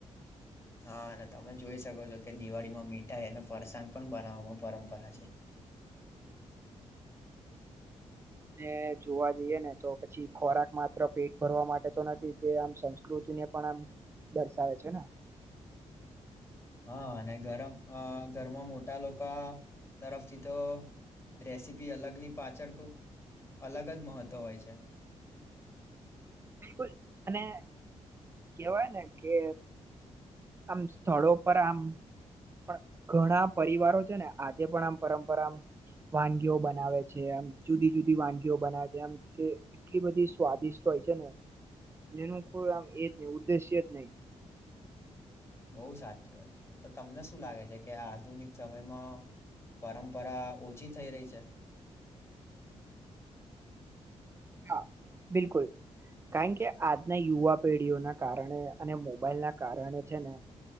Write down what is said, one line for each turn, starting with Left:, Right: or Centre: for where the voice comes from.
Left: હા અને તમે જોઈ શકો છો કે દિવાળીમાં મીઠાઈ અને ફરસાણ પણ બનાવવાવામાં પરંપરા છે <unintelligible>
Right: અને જોવા જઈએ ને તો પછી ખોરાક માત્ર પેટ ભરવા માટે તો નથી તે આમ સંસ્કૃત પણ આમ દર્શાવે છે ને
Left: <inaudible> હા અને ગરમ અ ઘરમાં મોટા લોકા તરફથી તો રેસીપી અલગની પાછળ અલગ જ મહત્ત્વ હોય છે
Right: બિલકુલ અને કેવાય ને કે આમ સ્થળો પર આમ પણ ઘણા પરિવારો છે ને આજે પણ આમ પરંપરા વાનગીઓ બનાવે છે એમ જુદી જુદી વાનગીઓ બનાવે છે એમ તે એટલી બધી સ્વાદિષ્ટ હોય છે ને જેનું કોઈ આમ એ જ નહી ઉદ્દેશ્ય જ નહી
Left: બોઉ સાચી વાત છે ત તો તમને શું લાગે છે કે આધુનિક સમયમાં પરંપરા ઓછી થઈ રહી છે
Right: હા બિલકુલ કારણ કે આજના યુવા પેઢીઓના કારણે અને મોબાઈલ ના કારણે છે ને